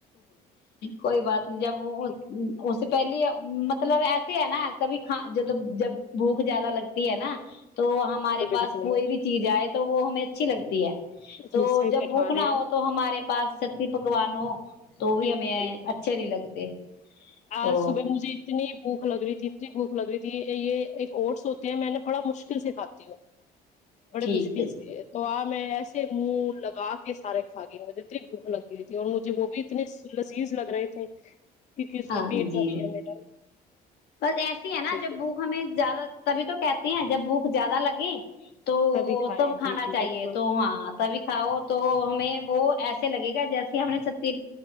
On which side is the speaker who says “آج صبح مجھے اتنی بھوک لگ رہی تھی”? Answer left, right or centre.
Left